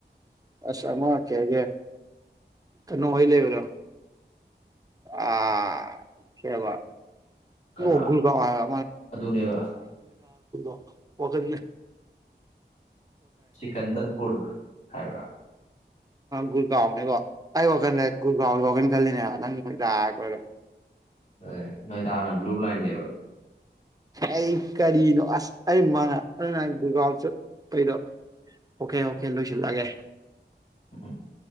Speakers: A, on the right (about 20°); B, on the left (about 50°).
A: ꯑꯁꯃ ꯀꯦ ꯍꯒꯦ ꯀꯅꯣ ꯑꯣꯏꯣꯏ ꯂꯦꯕ ꯂ ꯑꯥ ꯀꯦꯕꯜ
B: ꯀꯅꯥ
A: ꯑꯣꯒꯨꯀ ꯑꯗꯥ
B: ꯑꯗꯨꯅꯦꯕ
A: ꯣ ꯄꯈ
B: ꯁꯀꯟꯗꯔꯄꯨꯔ ꯀꯥꯏꯕ
A: ꯒꯨꯔꯒꯥꯎꯅꯦꯒꯣ ꯑꯩ ꯋꯥ ꯀꯥꯟ ꯍꯒꯣꯟ ꯀꯜꯗꯅꯦ ꯅꯪꯗꯥ ꯑꯣꯏꯔ
B: ꯑꯦ ꯅꯣꯏꯇꯥꯅ ꯕ꯭ꯂꯨ ꯂꯥꯏꯟꯅꯦꯕ
A: ꯑꯩ ꯀꯔꯤꯅꯣ ꯑꯁ ꯑꯩ ꯃꯥ ꯑ ꯒꯥꯎꯁ ꯀꯩꯗꯣ ꯑꯣꯀꯦ ꯑꯣꯀꯦ ꯂꯣꯏꯁꯤꯜꯂꯑꯒꯦ
B: ꯎꯝ